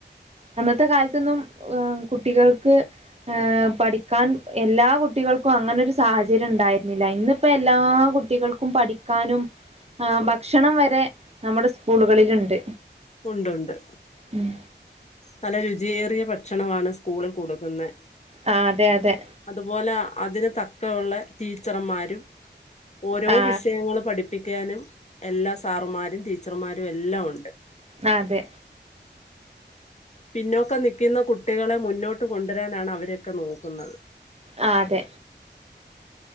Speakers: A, on the right; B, on the left.
A: അന്നത്തെ കാലത്തൊന്നും ഏ കുട്ടികൾക്ക് ഏഹ് പഠിക്കാൻ എല്ലാ കുട്ടികൾക്കു അങ്ങനെ ഒരു സാഹചര്യം ഉണ്ടായിരുന്നില്ല, ഇന്നിപ്പോ എല്ലാ കുട്ടികൾക്കും പഠിക്കാനും എ ഭക്ഷണം വരെ നമ്മടെ സ്കൂളുകളിലുണ്ട്.
B: ഉണ്ട് ഒണ്ട്
A: ഉം
B: നല്ല രുചിയേറിയ ഭക്ഷണമാണ് സ്കൂളിൽ കൊടുക്കുന്നേ.
A: ആ അതെ അതെ
B: അതുപോലെ അതിന് തക്കവൊള്ളെ ടീച്ചർമാരും ഓരോ
A: ആ
B: വിഷയങ്ങള് പഠിപ് ഠിപ്പിക്കാനും എല്ലാ സാറുമാരും ടീച്ചർമാരും എല്ലാമൊണ്ട്.
A: ആ അതെ.
B: പിന്നോക്കം നിക്കുന്ന കുട്ടികളെ മുന്നോട്ട് കൊണ്ടുരാനാണ് അവരൊക്കെ നോക്കുന്നത്.
A: ആ അതെ.